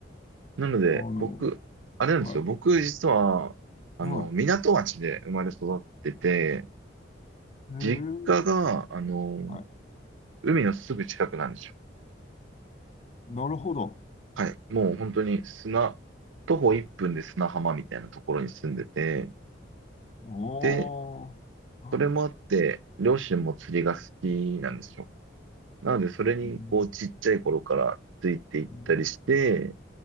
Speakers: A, on the right; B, on the left.
A: なので、
B: あの、
A: 僕、あれなんですよ。
B: はい、
A: 僕、実は、あの、
B: は
A: 港町で生まれ育ってて、
B: い。へえ、
A: 実家が、あの、
B: はい。
A: 海のすぐ近くなんですよ。
B: なるほど。
A: はい。もう本当に砂、徒歩1分で砂浜みたいなところに住んでて、
B: おー。
A: で、
B: あ、
A: それもあって、両親も釣りが好きなんですよ。なので、それに、
B: うん、
A: こう、ちっちゃい頃からついていったりして、
B: うん、